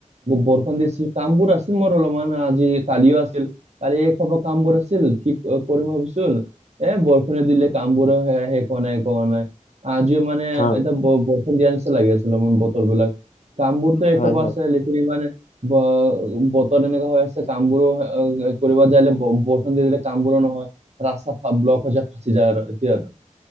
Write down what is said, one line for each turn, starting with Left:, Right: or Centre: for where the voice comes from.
Right: বৰষুণ দিছিল কাম বোৰ আছিল মোৰ অলপমান, আজি কালিও আছিল। কালি এই খবৰ কামবোৰ আছিল, কি ঠিক কৰিম ভাবিছিল, এ বৰষুণে দিলে কামবোৰ শেষ হোৱা নাই কোৱা নাই। আজিও মানে
Left: হয়
Right: এতিয়া বৰষুণ দিয়া নিচা লাগি আছিল ম বতৰ বিলাক। কামবোৰ
Left: হয়
Right: খবৰ
Left: হয়।
Right: আছে লিখনি মানে বা বতৰ এনেকা হৈ আছে কামবোৰো এ কৰিব যালে ব বৰষুণ দি দিলে কামবোৰো নহয়। ৰাস্তা ব্লক হৈ যায় ফাঁচি যায় আৰু এতিয়া আৰু